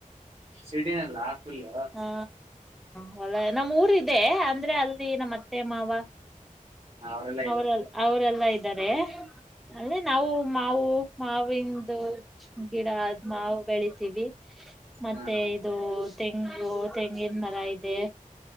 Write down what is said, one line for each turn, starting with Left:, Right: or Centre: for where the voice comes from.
Right: ಸಿಟಿನಲ್ಲ ಫುಲ್ಲು
Centre: ಹಾ ಹೊಲ ನಮ್ಮ್ ಊರ್ ಇದೆ ಅಂದ್ರೆ ಅಲ್ಲಿ ನಮ್ಮ್ ಅತ್ತೆ ಮಾವ
Right: ಅವರೆಲ್ಲ ಇದ್ದಾರೆ
Centre: ಅವ್ರಲ್ಲ ಅವರೆಲ್ಲಾ ಇದ್ದಾರೆ. ಅಲ್ಲ ನಾವು ಮಾವು ಮಾವಿಂದು ಗಿಡ ಆದ ಮಾವು ಬೆಳಿತೀವಿ. ಮತ್ತೆ
Right: ಹಾ ಹಾ
Centre: ಇದು ತೆಂಗು ತೆಂಗಿನಮರ ಇದೆ